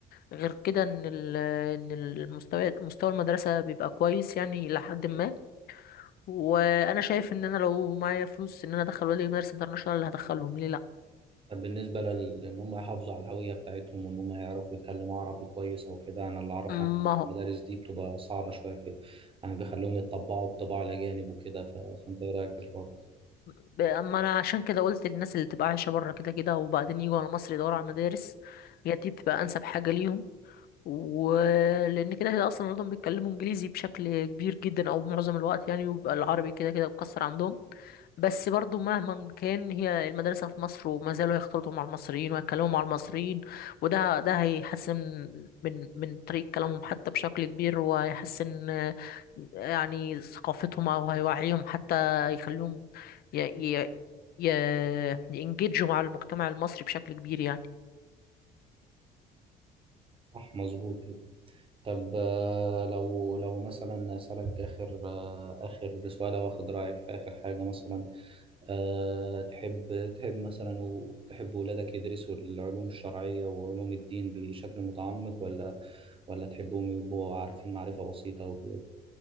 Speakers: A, on the left; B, on the right.
A: غير كده ان ال- ان المستوى مستوى المدرسة بيبقى كويس يعني لحد ما وانا شايف ان انا لو معايا فلوس ان انا ادخل ولادي مدارس انترناشونال اللي هدخلهم ليه لا
B: بالنسبة لل- لأن هم يحافظوا على الهوية بتاعتهم وإن هم يعرفوا يتكلموا عربي كويس أو كده أنا اللي أعرفه
A: ما
B: عن
A: هو
B: المدارس دي بتبقى صعبة شوية في يعني بيخلوهم يتطبعوا بطباع الأجانب وكده ف... فأنت إيه رأيك في الحوار ده؟
A: ب- اما انا عشان كده قلت للناس اللي تبقى عايشه بره كده كده وبعدين يجوا على مصر يدوروا على مدارس هي دي بتبقى انسب حاجه ليهم ولان كده كده اصلا اولادهم بيتكلموا انجليزي بشكل كبير جدا او معظم الوقت يعني ويبقى العربي كده كده مكسر عندهم بس برضو مهما كان هي المدرسة في مصر وما زالوا هيختلطوا مع المصريين ويتكلموا مع المصريين وده ده هيحسن من من طريقة كلامهم حتى بشكل كبير وهيحسن آه، يعني ثقافتهم أو هيوعيهم حتى يخليهم ي ي ي ينجدجوا مع المجتمع المصري بشكل كبير يعني
B: صح مظبوط كده طب آه، لو لو مثلا أسألك آخر آه، آخر سؤال أو آخد رأيك في آخر حاجة مثلا أه تحب تحب مثلا وتحب ولادك يدرسوا العلوم الشرعية وعلوم الدين بشكل متعمق ولا ولا تحبهم يبقوا عارفين معرفة بسيطة وكده؟